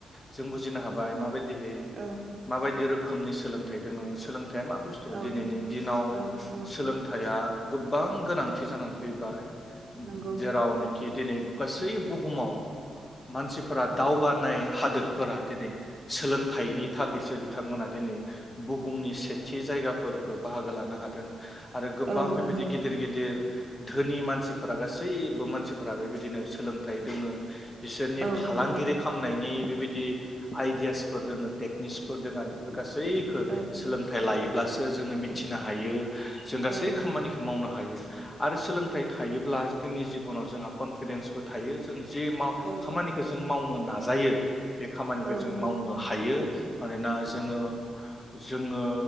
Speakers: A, on the left; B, on the right.
A: जों बुजिनो हाबाय माबाय दिहै
B: औ
A: माबायदि रोखोम रोखोमनि सोलोंथाइ दोङो सोलों थाइया मा बुस्थु
B: औ
A: दिनैनि दिनाव
B: औ औ
A: सोलोंथाइया गोबां गोनांथि जानानै फैबाय।
B: नंगौ
A: जेरावनि खि दिनै गासै बुहुमाव मानसिफोरा दावगानाय हादोद फोर दिनै सोलोंथाइनि थाखायसो बिथांमोना दिनै बुहुमनि सेथि जायगाफोरखौ बाहागो लानो हादों। आरो गोबां
B: औ
A: बेबायदि
B: नंगौ
A: गिदिर गिदिर धोनि मानसिफोरा गासैबो मानसि फोरा बेबायदिनो सोलों थाइ दोङो बिसोरनि
B: औ
A: फालांगिरि
B: नंगौ
A: खालामनायनि बेबायदि आइदियासफोर दङो टेकनिक्सफोर दङो आरो बेफोर गासिबो बैखो
B: औ
A: सोलोंथाइ लायो ब्लासो जोङो मिथिनो हायो। जों गासै
B: औ
A: खामानिखौ मावनो हायो। हायो आरो सोलोंथाइ थायोब्ला जोंनि जिबनाव जोंहा कनफिडेन्सबो थायो जों जि माव
B: औ
A: खामानिखौ जों मावनो नाजायो बे खामानिखौ
B: औ
A: जों मावनो
B: नंगौ
A: हायो। मानोना जोङो जोङो